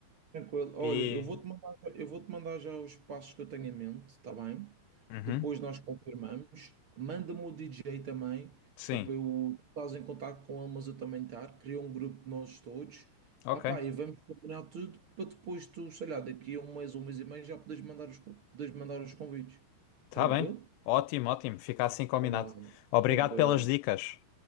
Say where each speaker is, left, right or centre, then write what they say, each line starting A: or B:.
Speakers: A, on the right; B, on the left.
A: Tranquilo. Olha,
B: E.
A: eu vou-te mandar, eu vou-te mandar já os passos que eu tenho em mente, está bem?
B: Uhum,
A: Depois nós confirmamos. Manda-me o DJ também,
B: sim,
A: que é para eu estás em contato com ele, mas eu também estar. Cria um grupo de nós todos.
B: ok.
A: Ah pá, e vamos combinar tudo para depois tu, sei lá, daqui a um mês, um mês e meio já podes mandar os, co- podes mandar os convites.
B: Tá
A: Tranquilo?
B: bem. Ótimo, ótimo, fica assim combinado.
A: Olá,
B: Obrigado
A: tranquilo.
B: pelas dicas.